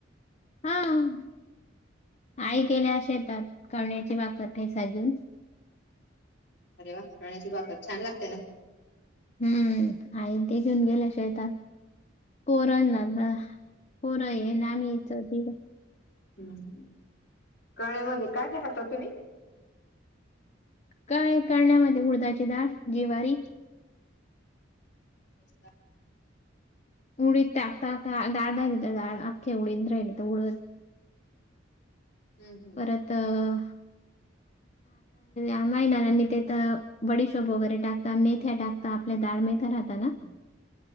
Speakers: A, on the left (about 35°); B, on the left (about 60°).
A: हां. आई गेल्या शेतात कळण्याची भाकर ठेसा घेऊन.
B: अरे वा! कळण्याची भाकर छान लागते ना?
A: हम्म. आईन् ते घेऊन गेल्या शेतात. पोरांना ना- पोरं आहे ना आमिच <unintelligible>
B: हम्. कळण्यामध्ये काय काय टाकता तुम्ही?
A: काय कळण्यामध्ये उडदाची डाळ, जिवारी.
B: उडदाची डाळ.
A: उडीद टाकता का का डाळ राहिली तर डाळ. आख्खे उडिद राहिले तर उडद.
B: हं. हं.
A: परत अ, नाही ना. आम्ही ते त बडिशोप वगैरे टाकता. मेथ्या टाकता. आपल्या डाळ मेथ्या राहता ना?
B: हम्म.